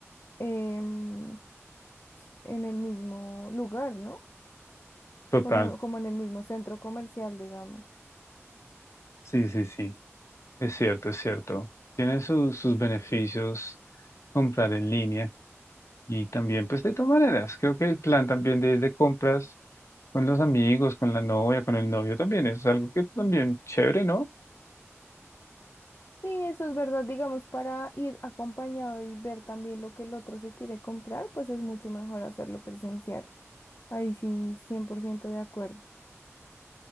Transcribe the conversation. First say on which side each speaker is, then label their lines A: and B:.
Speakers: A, on the left; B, on the left.
A: em, en el mismo lugar, ¿no?
B: Total.
A: Cono- como en el mismo centro comercial, digamos.
B: Sí, sí, sí. Es cierto, es cierto. Tiene sus sus beneficios comprar en línea y también, pues de todas maneras, creo que el plan también de de compras con los amigos, con la novia, con el novio también es algo que también chévere, ¿no?
A: Sí, eso es verdad, digamos, para ir acompañado y ver también lo que el otro se quiere comprar, pues es mucho mejor hacerlo presencial. Ahí sí, 100% de acuerdo.